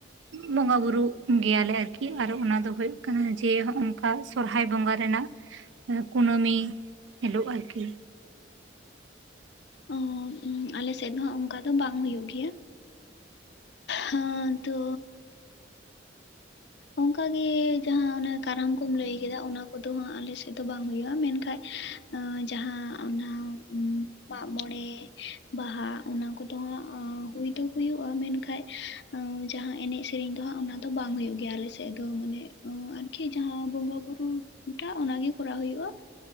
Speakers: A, on the right (about 75°); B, on the left (about 60°).
A: ᱵᱚᱸᱜᱟ ᱵᱩᱨᱩᱜ ᱜᱮᱭᱟᱞᱮ ᱟᱨᱠᱤ ᱟᱨ ᱚᱱᱟ ᱫᱚ ᱦᱩᱭᱩᱜ ᱠᱟᱱᱟ ᱡᱮ ᱦᱚᱜ ᱚᱝ ᱠᱟ ᱥᱚᱨᱦᱟᱭ ᱵᱚᱸᱜᱟ ᱨᱮᱱᱟᱜ ᱠᱩᱱᱟᱹᱢᱤ ᱦᱤᱞᱳᱜ ᱟᱨᱠᱤ
B: ᱳ ᱦᱚᱸ ᱟᱞᱮ ᱥᱮᱫ ᱫᱚ ᱦᱟᱸᱜ ᱚᱱᱠᱟ ᱫᱚ ᱵᱟᱝ ᱦᱩᱭᱩᱜ ᱜᱮᱭᱟ ᱦᱟᱸ ᱛᱚ ᱚᱱᱠᱟᱜᱮ ᱡᱟᱦᱟᱸ ᱚᱱᱟ ᱠᱟᱨᱟᱢ ᱠᱚᱢ ᱞᱟᱹᱭ ᱠᱮᱫᱟ ᱚᱱᱟ ᱠᱚᱫᱚ ᱦᱟᱸᱜ ᱟᱞᱮ ᱥᱮᱫ ᱫᱚ ᱵᱟᱝ ᱦᱩᱭᱩᱜᱼᱟ ᱢᱮᱱᱠᱷᱟᱡ ᱡᱟᱦᱟᱸ ᱚᱱᱟ ᱢᱟᱜᱢᱚᱬᱮ, ᱵᱟᱦᱟ ᱚᱱᱟ ᱠᱚᱫᱚ ᱦᱟᱸᱜ ᱦᱩᱭ ᱫᱚ ᱦᱩᱭᱩᱜᱼᱟ ᱢᱮᱱᱠᱷᱟᱱ ᱡᱟᱦᱟᱸ ᱮᱱᱮᱡ ᱥᱮᱨᱮᱧ ᱫᱚ ᱦᱟᱸᱜ ᱚᱱᱟ ᱫᱚ ᱵᱟᱝ ᱦᱩᱭᱩᱜ ᱜᱮᱭᱟ ᱜᱮᱭᱟ ᱟᱞᱮ ᱥᱮᱫ ᱫᱚ ᱢᱟᱱᱮ ᱟᱨᱠᱤ ᱡᱟᱦᱟᱸ ᱵᱚᱸᱜᱟ ᱵᱩᱨᱩ ᱴᱟᱜ ᱚᱱᱟᱜᱮ ᱠᱚᱨᱟᱣ ᱦᱩᱭᱩᱜᱼᱟ